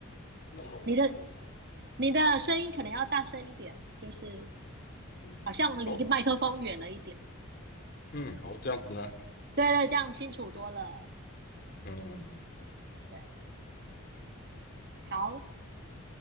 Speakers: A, on the left; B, on the right.
A: 那么容易找到这样的
B: 你的你的声音可能要大声一点，就是
A: 嗯，
B: 好像离麦克风远了一点。
A: 好，嗯，好，这样子呢，
B: 对对，这样清楚多了。
A: 嗯。
B: 对，好。